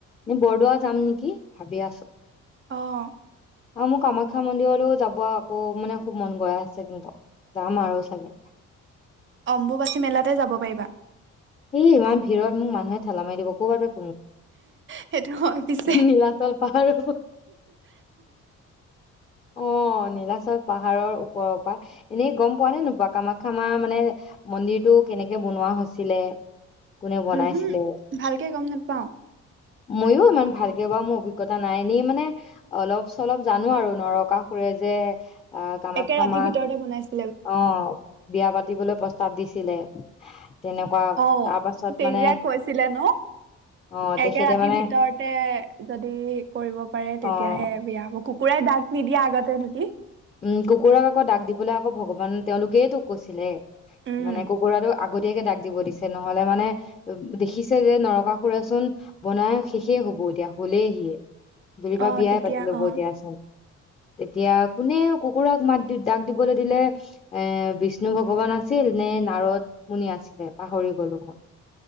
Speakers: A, on the left; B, on the right.
A: এ বৰদোৱা যাম নেকি ভাবি আছো।
B: অ'
A: আৰু মোৰ কামাখ্যা মন্দিৰলৈও যাব আকৌ মানে খুব মন গৈ আছে, কিন্তু যাম আৰু চাগে।
B: অম্বুবাচী মেলাতে যাব পাৰিবা।
A: এ ইমান ভিৰত মোক মানুহে ঠেলা মাৰ দিব, কবাত
B: সেইটো হয় পিছে।
A: নীলাচল পাহাৰৰ অ, নীলাচল পাহাৰৰ ওপৰৰ পৰা। এনেই গম পোৱা নে নোপোৱা কামাখ্যা মা মানে মন্দিৰটো কেনেকে বনোৱা হৈছিলে? কোনে বনাইছিলে
B: উমহু, ভালকে গম নাপাওঁ।
A: মইও ইমান ভালকে বাৰু মোৰ অভিজ্ঞতা নাই এনেই মানে অলপ চলপ জানো আৰু নৰকাসুৰে যে আহ কামাখ্যা
B: একে ৰাতিৰ
A: মাক
B: ভিতৰতে বনাইছে
A: অ বিয়া পাতিবলৈ প্ৰস্তাৱ দিছিলে তেনেকুৱা
B: অ
A: তাৰ পাছত
B: তেতিয়াই
A: মানে
B: কৈছিলে ন
A: অ', তেখেতে
B: একে ৰাতিৰ
A: মানে
B: ভিতৰতে যদি কৰিব পাৰে
A: অ',
B: তেতিয়াহে বিয়া হব কুকুৰাই দাগ নিদিয়া আগতে নেকি
A: উম কুকুৰাক আকৌ ডাক দিবলৈ আকৌ ভগৱান তেওঁলোকেই তো কৈছিলে
B: উম,
A: মানে কুকুৰাটো আগ আগতীয়াকে ডাক দিব দিছে নহলে মানে দেখিছে যে নৰকাসুৰে ছোন বনাই শেষেই হব এতিয়া হলেহিয়ে বিবা
B: অ',
A: বিয়াই
B: তেতিয়া
A: পাতি ল'ব
B: অ'।
A: এতিয়া চোন তেতিয়া কোনে কুকুৰাক মাত দি ডাক দিবলৈ দিলে এ বিষ্ণু ভগৱান আছিল নে নাৰদ মুনি আছিলে পাহৰি গলো মই